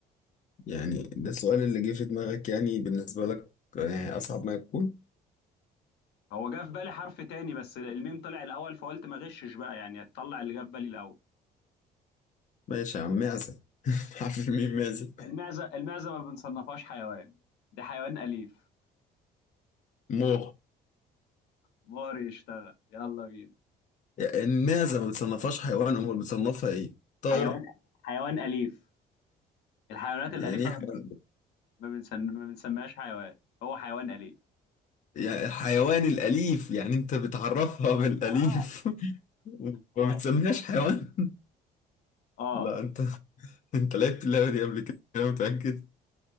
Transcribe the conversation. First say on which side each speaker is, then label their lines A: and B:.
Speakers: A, on the left; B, on the left.
A: يعني ده السؤال اللي جه في دماغك يعني بالنسبة لك يعني أصعب ما يكون
B: هو جه في بالي حرف تاني بس الميم طلع الاول فقلت ما غشش بقى يعني هتطلع اللي جه في بالي الاول
A: ماشي يا عم معزة <laughs> عارف مين معزة
B: المعزه المعزه ما بنصنفهاش حيوان ده حيوان اليف
A: مو
B: مهر يشتغل يلا بينا
A: يعني المعزة ما بتصنفهاش حيوان امال بتصنفها ايه طائر
B: حيوان حيوان اليف الحيوانات الاليفه
A: يعني ايه حيوان
B: ما بنسن... ما بنسميهاش حيوان هو حيوان اليف
A: يعني الحيوان الأليف يعني انت بتعرفها بالأليف
B: اه
A: <laughs> وما
B: اه
A: بتسميهاش حيوان <laughs>
B: اه
A: لا انت انت لعبت اللعبة دي قبل كده انا متأكد